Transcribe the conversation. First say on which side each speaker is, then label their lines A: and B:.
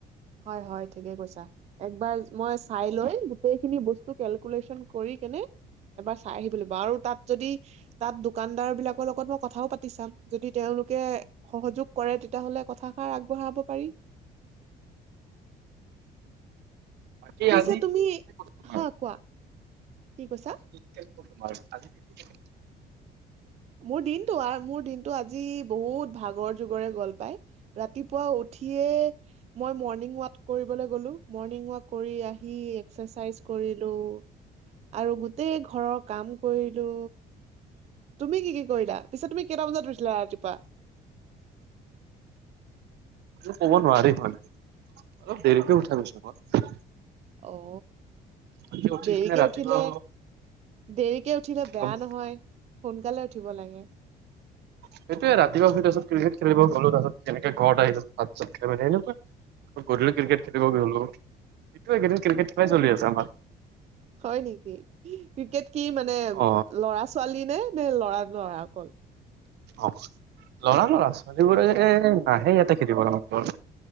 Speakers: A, on the right; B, on the right.
A: হয় হয় ঠিকে কৈছা। একবাৰ মই চাই লৈ গোটেইখিনি বস্তু কেলকুলেচন কৰি কেনে এবাৰ চাই আহিব লাগিব আৰু তাত যদি তাত দোকানদাৰ বিলাকৰ লগত ম কথাও পাতি চাম যদি তেওঁওলোকে সহযোগ কৰে তেতিয়াহলে কথাষাৰ আগবঢ়াব পাৰি
B: বাকী
A: পিছে
B: আজি
A: তুমি,
B: তোমাৰ
A: হা কোৱা কি কৈছা?
B: কেনেকুৱা তোমাৰ আজিৰ দিনটো
A: মোৰ দিনটো আ মোৰ দিনটো আজি বহুত ভাগৰ যুগৰে গল পায় ৰাতিপুৱা উঠিয়ে মই মৰ্ণিং ৱাক কৰিবলৈ গ'লো মৰ্ণিং ৱাক কৰি আহি এক্সাৰচাইজ কৰিলো আৰু গোটেই ঘ ঘৰৰ কাম কৰিলো তুমি কি কি কৰিলা পিছে তুমি কেইটা বজাত উঠিলা ৰাতিপুৱা
B: কব নোৱাৰি মানে অলপ দেৰিকে উঠাই গৈছ মই
A: অ
B: বাকী উঠি
A: দেৰিকে
B: পিনে ৰাতিপুৱা
A: উঠিলে দেৰিকে উঠিলে বেয়া
B: গম
A: নহয় সোনকালে উঠিব লাগে
B: সেইটোৱে ৰাতিপুৱা উঠা পিছত ক্ৰিকেট খেলিব গ'লো তাৰপিছত সেনেকে ঘৰত আহিলো ভাত সাত খাই এনেকুৱা অ গধূলি ক্ৰিকেট খেলিব গ'লো দিনটো এই কেইদিন ক্ৰিকেট খেলাই চলি আছে আমাৰ
A: হয় নেকি ক্ৰিকেট কি মানে
B: অ
A: লৰা ছোৱালী নে? নে লৰা লৰা অকল
B: অ লৰা লৰা ছোৱালীবোৰে নাহে ইয়াতে খেলিবলৈ